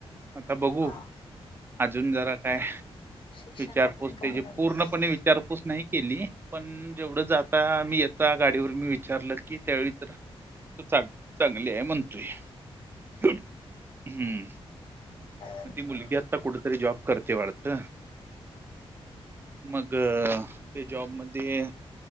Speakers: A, on the right; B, on the left.
A: आता बघू
B: हा
A: अजून जरा काय
B: शिक्षण
A: विचारपूस
B: वगैरे
A: त्याची
B: काय झालं
A: पूर्ण
B: मग
A: विचारपूस नाही केली पण जेवढं जाता मी येता गाडीवर मी विचारलं की त्यावेळी जरा चांग चांगली हाय म्हणतोय हम्म
B: बर
A: मग
B: बर
A: ती मुलगी आत्ता कुठेतरी जॉब करते वाटतं मग ते जॉबमध्ये